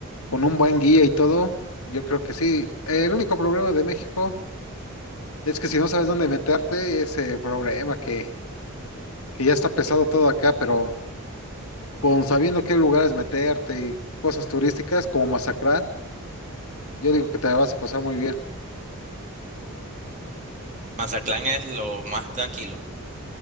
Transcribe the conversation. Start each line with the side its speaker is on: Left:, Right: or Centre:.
Left: con un buen guía y todo, yo creo que sí. El único problema de México es que si no sabes dónde meterte, es el problema que, que ya está pesado todo acá, pero... con sabiendo qué lugares meterte y cosas turísticas como Mazatlán, yo digo que te la vas a pasar muy bien.
Right: Mazatlán es lo más tranquilo.